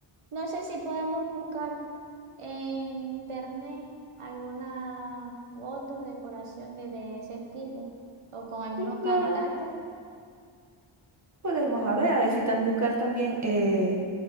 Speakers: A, on the right (about 80°); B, on the right (about 35°).
A: no sé si podemos buscar en internet algunas fotos, decoración de, de ese estilo o con algunos
B: Sí,
A: cantantes.
B: claro, podemos a ver, a ver si tan buscar también, eh,